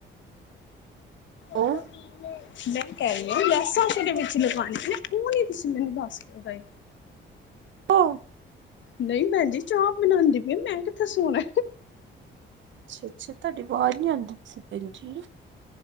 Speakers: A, on the left; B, on the right.
A: <unintelligible> <unintelligible>
B: ਉਹ
A: ਲੈਸਾਂ ਕਿਹੜੀਆਂ ਵਿੱਚ ਲਗਵਾਉਣੀਆਂ ਉਹ ਨੀ ਤੁਸੀਂ ਮੈਨੂੰ ਦੱਸ ਕੇ ਗਏ,
B: ਹੋ,
A: ਨਹੀ ਭੈਣ ਜੀ ਚਾਹ ਬਣਾਉਦੀ ਪਈ ਮੈਂ ਕਿੱਥੇ ਸੋਣਾ,
B: ਅੱਛਾ, ਅੱਛਾ ਤੁਹਾਡੀ ਆਵਾਜ਼ ਨੀ ਆਉਂਦੀ ਪਈ ਸੀ ਭੈਣਜੀ,,,,